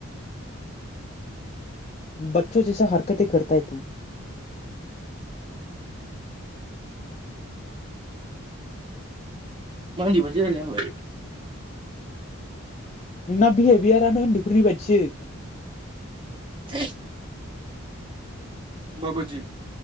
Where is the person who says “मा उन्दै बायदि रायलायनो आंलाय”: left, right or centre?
Right